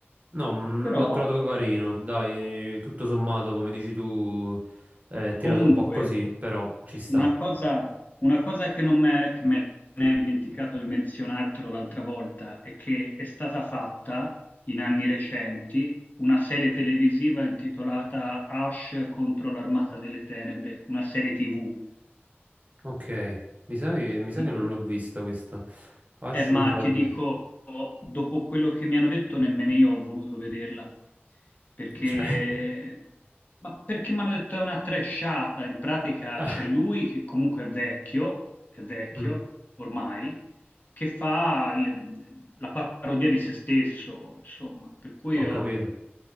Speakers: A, on the right; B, on the left.
A: No, mm,
B: Però
A: l'ho trovato carino, dai, tutto sommato, come dici tu, è tirato
B: Comunque,
A: un po' così, però ci sta.
B: una cosa, una cosa che non m'è- che me ne ho dimenticato di menzionartelo l'altra volta è che è stata fatta in anni recenti una serie televisiva intitolata Ash contro l'Armata delle Tenebre, una serie TV
A: Ok, mi sa, che mi sa
B: in
A: che non
B: cui,
A: l'ho vista questa. Arscio
B: Eh, ma
A: contro
B: ti
A: l'armatura.
B: dico, dopo quello che mi hanno detto, nemmeno io ho voluto vederla, perché,
A: Cioè, <laughs>
B: ma perché mi hanno detto è una trashata, in pratica
A: ah,
B: c'è lui che comunque è vecchio, è vecchio
A: mm,
B: ormai, che fa l- la parodia di se stesso, insomma, per cui
A: ho
B: ho
A: capito.